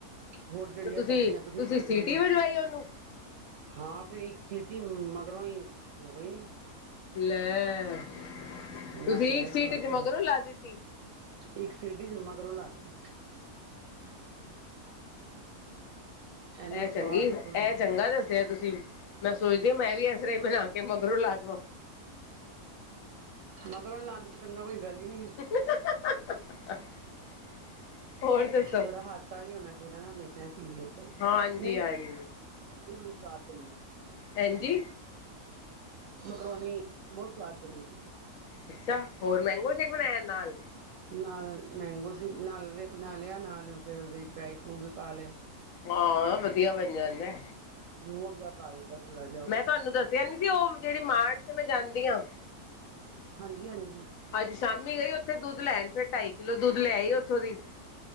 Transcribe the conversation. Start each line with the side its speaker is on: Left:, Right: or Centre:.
Right: ਹੋਰ ਜਿਹੜੀਆਂ
Left: ਤੇ
Right: ਸਬਜ਼ੀਆਂ ਤੁਸੀਂ ਪਾਣੀਆਂ
Left: ਸੀਟੀ
Right: ਨੇ
Left: ਵਜਵਾਈ ਉਹਨੂੰ
Right: ਹਾਂ ਫਿਰ ਇੱਕ ਸਿਟੀ ਮਗਰੋਂ ਹੀ ਹੋ ਗਈ।
Left: ਲੈ, ਤੁਸੀਂ
Right: ਨਾ ਗੈਸ
Left: ਇੱਕ ਸੀਟੀ
Right: ਫਾਲਤੂ
Left: ਚ ਮਗਰੋਂ
Right: ਲੱਗੀ
Left: ਲਾ ਦਿੱਤੀ
Right: ਇੱਕ ਸਿਟੀ ਮਗਰੋਂ ਲਾ ਦਿਤੀ ਐਨੀ
Left: ਇਹ
Right: ਸਵਾਦ
Left: ਚੰਗੀ,
Right: ਮਕਰੋਨੀ
Left: ਇਹ ਚੰਗਾ ਦੱਸ ਫੇਰ ਤੁਸੀਂ ਮੈਂ ਸੋਚਦੇ ਮੈਂ ਵੀ ਇਸਤਰ ਬਣਾ ਕੇ, ਮਗਰੋਂ ਲਾ ਦਵਾਂ
Right: ਮਗਰੋਂ ਲਾਨ ਤੋ ਚੰਗਾ ਕੋਈ ਗੱਲ ਹੀ ਨਹੀਂ ਹੈ।
Left: <inaudible> ਹੋਰ ਦੱਸੋ
Right: ਥੋੜਾ ਹਾਸਾ ਵੀ ਹੋਣਾ ਚਾਹੀਦਾ ਨਾ, ਹਮੇਸ਼ਾ ਸੀਰੀਅਸ ਗੱਲ,
Left: ਹਾਂਜੀ
Right: ਨਈ
Left: ਹਾਂਜੀ
Right: ਇਹ ਬੜੀ ਸਾਥ
Left: ਹਾਂਜੀ
Right: ਮਕਰੋਣੀ ਬਹੁਤ ਸਵਾਦ ਬਣੀ ਸੀ
Left: ਅੱਛਾ! ਹੋਰ ਮੈਂਗੋ ਸ਼ੇਕ ਬਣਾਇਆ ਨਾਲ?
Right: ਨਾਲ ਮੈਂਗੋ ਸ਼ੇਕ ਬਣਾ ਲਿਆ, ਨਾਲ ਫੇਿਰ ਉਹਦੇ ਡਰਾਈ ਫਰੂਟ ਵੀ ਪਾ ਲਏ।
Left: ਹਾਂ, ਵਧੀਆ ਬਣ ਜਾਂਦਾ।
Right: ਰੋਕ ਦਾ <inaudible> ਚਲ ਥੋੜਾ ਜਯਾ
Left: ਮੈਂ ਤੁਹਾਨੂੰ ਦੱਸਿਆ ਨੀ ਸੀ, ਉਹ ਜਿਹੜੀ ਮਾਰਚ ਚ ਮੈਂ ਜਾਂਦੀ ਹਾਂ
Right: ਹਾਂਜੀ-ਹਾਂਜੀ
Left: ਅੱਜ ਸ਼ਾਮੀ ਗਈ ਉੱਥੇ ਦੁੱਧ ਲੈਣ, ਫਿਰ ਢਾਈ ਕਿੱਲੋ ਦੁੱਧ ਲਯਾਈ ਉੱਥੋਂ ਦੀ।